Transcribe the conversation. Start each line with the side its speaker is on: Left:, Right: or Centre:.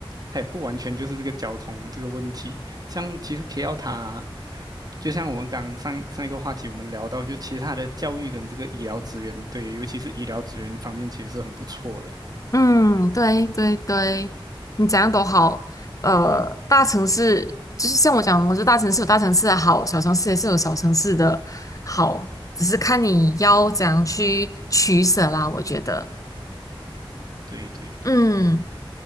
Right: 它也不完全就是这个交通这个问题。像其实 KL 它。就像我们刚上上一个话题，我们聊到，就其他的教育跟这个医疗资源，对，尤其是医疗资源方面，其实是很不错的。
Left: 嗯，对对对，你怎样都好。呃，大城市就是像我讲，我觉得大城市有大城市的好，小城市也是有小城市的好，只是看你要怎样去取舍啦。我觉得，
Right: 对对对对，
Left: 嗯，